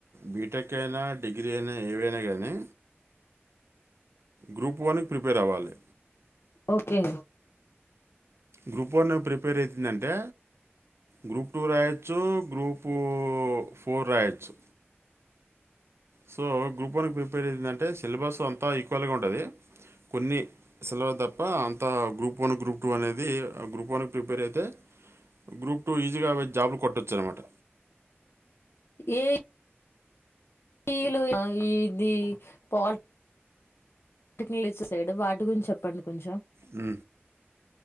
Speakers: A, on the right; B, on the left.
A: బీటెక్ అయినా డిగ్రీ అయినా ఏవైనా కానీ గ్రూప్ వన్ కి ప్రిపేర్ అవ్వాలి
B: ఓకే
A: గ్రూప్ వన్ ప్రిపేర్ అవుతుందంటే గ్రూప్ టూ రాయొచ్చు గ్రూప్ టూ ఫోర్ రాయచ్చు సో గ్రూప్ వన్ ప్రిపేర్ అయియందంటే సిలబస్ అంతా ఈక్వల్ గా ఉంటది కొన్ని సిలబస్ తప్ప అంత గ్రూప్ వన్ గ్రూప్ టూ అనేది గ్రూప్ వన్ కి ప్రిపేర్ అయితే గ్రూప్ టూ ఈజీగా జాబ్లు కొట్టొచ్చు అనమాట
B: ఏ ఏ టీలు ఇది పాట్ టెక్నీలు వేసే సైడ్ వాటి గురించి చెప్పండి కొంచెం
A: ఉ